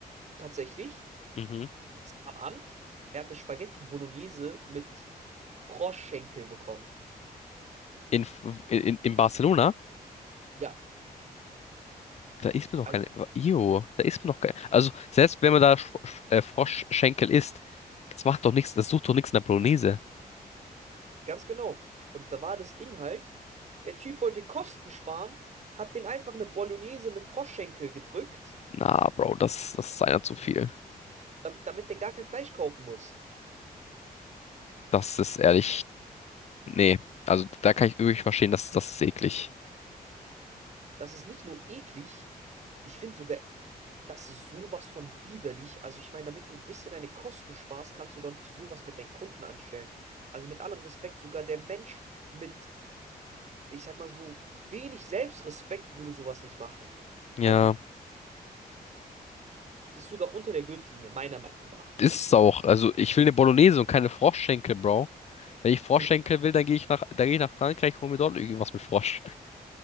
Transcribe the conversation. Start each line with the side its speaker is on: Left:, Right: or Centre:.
Right: Tatsächlich,
Left: Mhm.
Right: was kam an? Er hat eine Spaghetti Bolognese mit Froschschenkel bekommen.
Left: In, F- in, in Barcelona,
Right: Ja,
Left: da isst man doch
Right: also
Left: keine. Jo, da isst man doch keine. Also, selbst wenn man da Sch Sch- äh, Froschschenkel isst, das macht doch nichts, das sucht doch nichts in der Bolognese.
Right: ganz genau. Und da war das Ding halt, der Typ wollte Kosten sparen, hat den einfach eine Bolognese mit Froschschenkel gedrückt,
Left: Na, Bro, das, das ist einer zu viel.
Right: damit, damit der gar kein Fleisch kaufen muss.
Left: Das ist ehrlich. Nee, also da kann ich wirklich verstehen, dass das ist eklig.
Right: Das ist nicht nur eklig, ich finde sogar, das ist sowas von widerlich. Also ich meine, damit du ein bisschen deine Kosten sparst, kannst du doch nicht sowas mit deinen Kunden anstellen. Also mit allem Respekt, sogar der Mensch mit ich sag mal so, wenig Selbstrespekt würde sowas nicht machen.
Left: Ja,
Right: Also, das ist sogar unter der Gürtellinie, meiner Meinung nach.
Left: ist es auch. Also ich will eine Bolognese und keine Froschschenkel, Bro. Wenn ich Froschschenkel
Right: <laughs>
Left: will, dann gehe ich nach, dann gehe ich nach Frankreich und hol mir dort irgendwas mit Frosch.